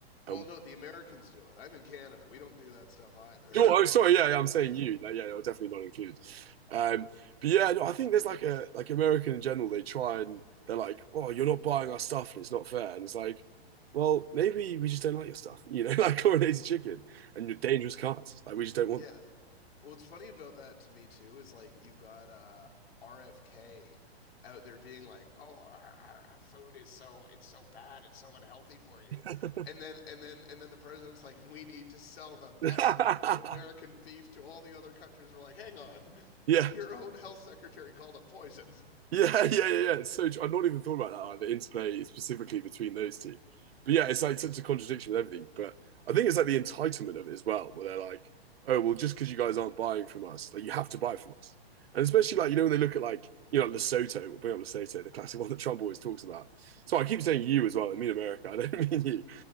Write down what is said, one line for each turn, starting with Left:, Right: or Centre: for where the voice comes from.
Left: Well,
Right: and
Left: no, the Americans do it. I'm in Canada. We don't do that stuff either.
Right: No, oh, sorry. Yeah, yeah, I'm saying
Left: <laughs>
Right: you. Like, yeah, i are definitely not included. Um, but yeah, no, I think there's like a like American in general. They try and they're like, "Oh, you're not buying our stuff, and it's not fair." And it's like, well, maybe we just don't like your stuff. You know, <laughs> like coronated chicken and your dangerous cards. Like we just don't want
Left: Yeah. Well, what's funny about that to me too is like you've got uh, RFK out there being like, "Oh, our, our, our food is so it's so bad, it's so unhealthy for you,"
Right: that.
Left: and then and then and then the president's like, "We need to sell the best
Right: <laughs>
Left: American beef to all the other countries." We're like, "Hang on,
Right: Yeah.
Left: your own health secretary called it poison."
Right: Yeah, <laughs> yeah, yeah, yeah. It's so tr- I've not even thought about that, like the interplay specifically between those two. But yeah, it's like such a contradiction with everything. But I think it's like the entitlement of it as well, where they're like, oh, well, just because you guys aren't buying from us, like you have to buy from us. And especially like, you know, when they look at like, you know, Lesotho, we'll bring up Lesotho, the classic <laughs> one that Trump always talks about. So I keep saying you as well, I mean America, I don't <laughs> mean you.